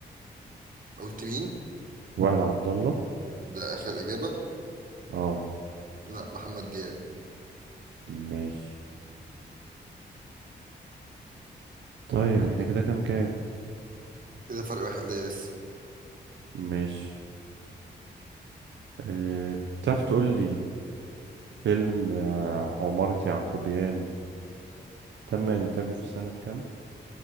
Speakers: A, on the right (about 50°); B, on the right (about 80°).
A: قلت مين
B: وائل عبد الله
A: ده اخر اجابه
B: اه
A: لا محمد دياب
B: ماشي طيب احنا كده كام كام
A: كده فرق واحد ليا لسه
B: ماشي آه تعرف تقول لي فيلم آه، عمارة يعقوبيان تم إنتاجه في سنة كام